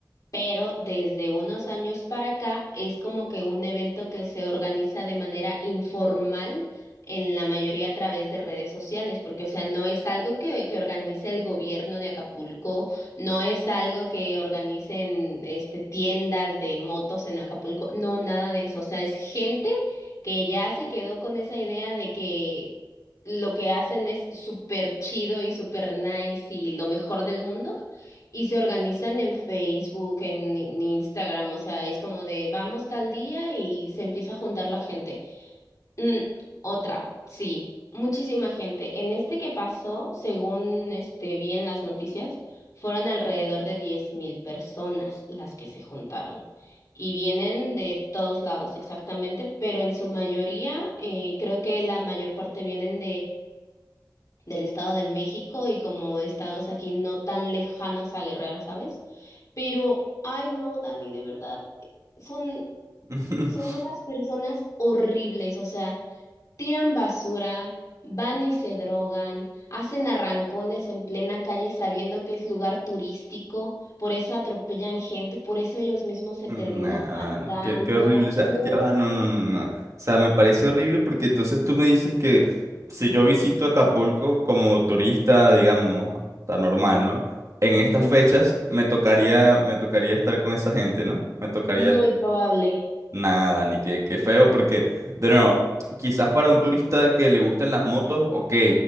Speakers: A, on the left; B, on the right.
A: pero desde unos años para acá es como que un evento que se organiza de manera informal en la mayoría a través de redes sociales, porque o sea, no es algo que, que organice el gobierno de Acapulco, no es algo que organicen este tiendas de motos en Acapulco, no, nada de eso, o sea, es gente que ya se quedó con esa idea de que lo que hacen es súper chido y súper nice y lo mejor del mundo y se organizan en Facebook, en, in- Instagram, o sea, es como de vamos tal día y se empieza a juntar la gente. Mm, otra, sí, muchísima gente. En este que pasó, según este vi en las noticias, fueron alrededor de diez mil personas las que se juntaron. Y vienen de todos lados exactamente, pero en su mayoría, eh, creo que la mayor parte vienen del Estado de México y como estados aquí no tan lejanos a Guerrero, ¿sabes? Pero, ay no, Dani, de verdad, son,
B: <laughs>
A: son unas personas horribles, o sea, tiran basura, van y se drogan, hacen arrancones en plena calle sabiendo que es lugar turístico, por eso atropellan gente, por eso ellos mismos se
B: Nada,
A: terminan matando.
B: qué, qué horrible. O sea,
A: No.
B: ya va, no, no, no, no. O sea, me parece horrible porque entonces tú me dices que si yo visito Acapulco como turista, digamos, está normal, ¿no? En estas
A: Ujú,
B: fechas me tocaría, me tocaría estar con esa gente, ¿no? Me tocaría
A: Muy probable.
B: Nada, ni qué, qué feo, porque, de nuevo, quizás para un turista que le gusten las motos, ok,